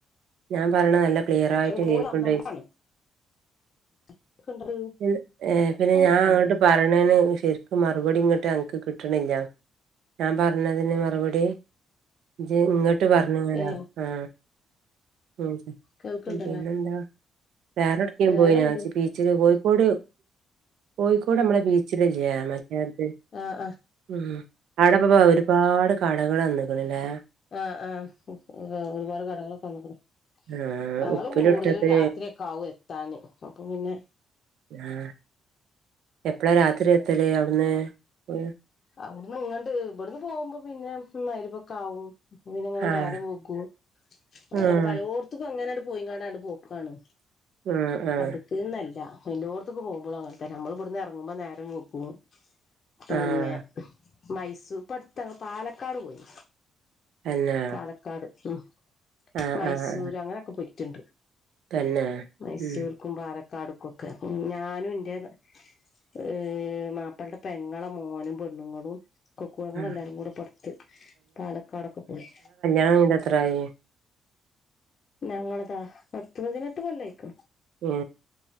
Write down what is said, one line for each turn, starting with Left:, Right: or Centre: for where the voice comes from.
Right: ഞാൻ പറഞ്ഞ നല്ല
Left: തന്നെയാണ്
Right: ക്ലിറായിട്ട്
Left: പക്ഷെ പോയി
Right: കേക്ക്ണ്ടോയ്ച്യാ
Left: വന്ന നമ്മക്കാണ് കേൾക്ക്ണ്ടോ
Right: എൻ ഏഹ് പിന്നെ
Left: കൊഴപ്പല്ല
Right: ഞാൻ അങ്ങട്ട് പർ കണേന് ശരിക്കും മറുപടി ഇങ്ങോട്ട് അൻക്ക് കിട്ടണില്ല ഞാൻ പറഞ്ഞതിന് മറുപടി ജി ഇങ്ങട്ട് പറഞ്ഞങ്ങനോ
Left: ഏഹ്
Right: ആ ഉം
Left: കേൾക്ക്ണ്ടല്ലോ
Right: പിന്നെന്താ വേറെട്ക്കേ
Left: വേറെന്ത്
Right: പോയീനോ ച്ചി ബീച്ചില് കോഴിക്കോട് കോഴിക്കോട് നമ്മളെ ബീച്ചില്‌ല്ലേ മറ്റേത്
Left: ആ ആ
Right: ഉം അവിടപ്പ ഒരുപാട് കടകൾ വന്ന് ക്ക്ണ്ല്ലേ
Left: ആ ആ ഒരുപാട് കടകളൊക്കെ വെന്ന്ക്ണു
Right: ആഹ്
Left: ഞങ്ങള്
Right: ഉപ്പിലിട്ടത്
Left: കൂടുതലും രാത്രി കാവുംഎത്താന് അപ്പൊ പിന്നെ
Right: <unintelligible> എപ്പോളാ രാത്രി എത്തല് അവിടുന്ന് പോ
Left: അവ്ട്ന്ന് ഇങ്ങട് ഇബട്ന്ന് പോവുമ്പ പിന്നെ മയ്രിബൊക്കാവും പിന്നെങ്ങനെ
Right: ആഹ്
Left: നേരം പോക്കു
Right: ആഹ്
Left: അങ്ങന പലോട്ത്ത്ക്കും അങ്ങനെട് പോയി കാണ്ട് പൊക്കാണ്
Right: ആഹ് ആഹ്
Left: <unintelligible> ന്നല്ല എല്ലോട്ത്ത്ക്ക് പോകുമ്പളും അങ്ങനത്തെന്നെ നമ്മൾ ഇവിടുന്ന് ഇറങ്ങുമ്പോ നേരം വൈകും പിന്നെ
Right: ആഹ്
Left: മൈസൂർ ഇപ്പ അടുത്തങ്ങൾ പാലക്കാട് പോയി
Right: അന്നെ
Left: പാലക്കാട് ഉം
Right: ആഹ്
Left: മൈസൂര്
Right: ആഹ്
Left: അങ്ങനെയൊക്കെ പോയിട്ടുണ്ട്
Right: തന്നെ
Left: മൈസൂർക്കും,
Right: ഉം
Left: പാലക്കാട് ഒക്കെ ഞാനും ഇന്റെ ഏഹ് മാപ്പൾന്റെ പെങ്ങളെ മോനും പെണ്ണ്ങ്ങളും കൊ കുടുംബെല്ലാരും
Right: ആഹ്
Left: കൂടെ പൊർത്ത് പാലക്കാടൊക്കെ പോയ്
Right: <unintelligible> ത്രായി
Left: ഞങ്ങളതോ പത്തുപതിനെട്ട് കൊല്ലായിക്ക്ണ്
Right: ഏ